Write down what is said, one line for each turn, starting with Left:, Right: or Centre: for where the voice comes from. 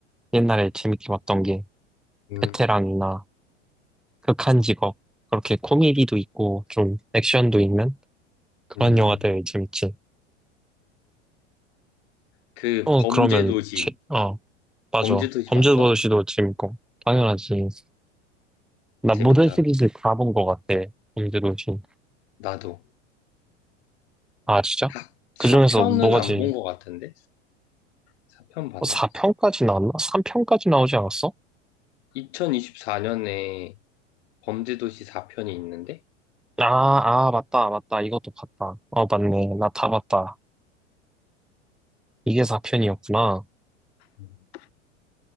Centre: 옛날에 재밌게 봤던 게
Left: 음,
Centre: 베테랑이나 극한 직업. 그렇게 코미디도 있고, 좀 액션도 있는 그런
Left: 음.
Centre: 영화들 재밌지.
Left: 그
Centre: 어,
Left: 범죄도시
Centre: 그러면, 제, 어, 맞아.
Left: 범죄도시
Centre: 범죄도시도
Left: 봤어?
Centre: 재밌고, 당연하지.
Left: 어
Centre: 나 모든
Left: 재밌다
Centre: 시리즈 다 본 것 같아. 범죄도시.
Left: 나도
Centre: 아, 진짜?
Left: 사
Centre: 그 중에서
Left: 4편은
Centre: 뭐가
Left: 안
Centre: 제일,
Left: 본 것 같은데 4편 봤나?
Centre: 4편까지 나왔나? 3편까지 나오지 않았어?
Left: 2024년에 범죄도시 4편이 있는데
Centre: 아, 아, 맞다, 맞다. 이것도 봤다. 어, 맞네. 나 다 봤다. 이게 4편이었구나.
Left: 음.